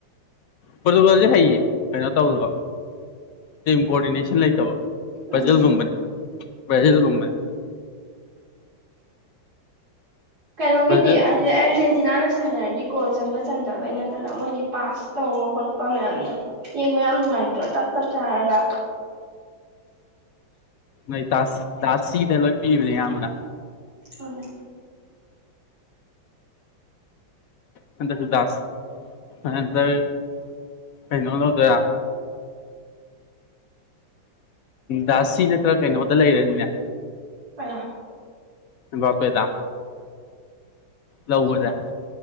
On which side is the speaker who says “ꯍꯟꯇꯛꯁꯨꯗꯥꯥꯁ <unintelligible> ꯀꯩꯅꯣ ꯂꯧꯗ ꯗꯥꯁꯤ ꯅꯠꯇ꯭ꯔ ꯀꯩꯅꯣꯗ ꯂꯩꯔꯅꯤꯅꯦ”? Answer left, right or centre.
Left